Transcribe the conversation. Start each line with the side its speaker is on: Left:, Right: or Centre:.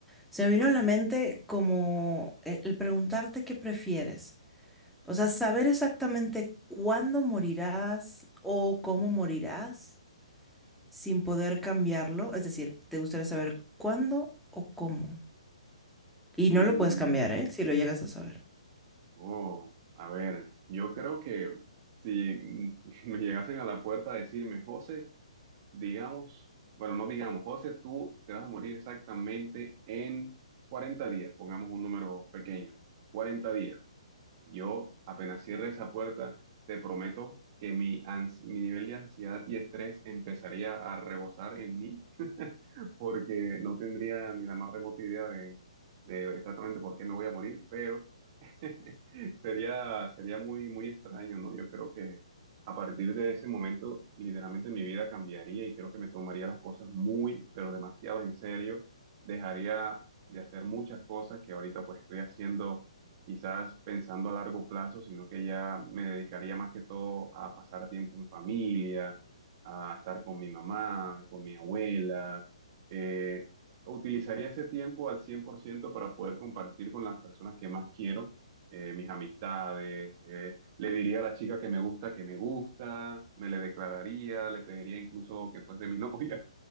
Centre: Se
Right: Ajá.
Centre: me vino a la mente como el, el preguntarte qué prefieres. O sea, saber exactamente cuándo morirás o cómo morirás sin poder cambiarlo. Es decir, te gustaría saber cuándo o cómo. Y
Right: Mm,
Centre: no lo puedes cambiar, ¿eh? Si lo llegas a saber.
Right: Oh, a ver, yo creo que si mm, <laughs> me llegasen a la puerta a decirme, José, digamos, bueno, no digamos, José, tú te vas a morir exactamente en 40 días, pongamos un número pequeño, 40 días. Yo apenas cierre esa puerta, te prometo que mi, ans- mi nivel de ansiedad y estrés empezaría a rebosar en mí, <laughs> porque no tendría ni la más remota idea de, de exactamente por qué me voy a morir, pero... <laughs> Sería, sería muy, muy extraño, ¿no? Yo creo que a partir de ese momento, literalmente mi vida cambiaría y creo que me tomaría las cosas muy, pero demasiado en serio. Dejaría de hacer muchas cosas que ahorita pues estoy haciendo, quizás pensando a largo plazo, sino que ya me dedicaría más que todo a pasar tiempo en familia, a estar con mi mamá, con mi abuela. eh, utilizaría ese tiempo al 100% para poder compartir con las personas que más quiero eh, mis amistades, eh, le diría a la chica que me gusta que me gusta, me le declararía, le pediría incluso que fuese mi <laughs> novia,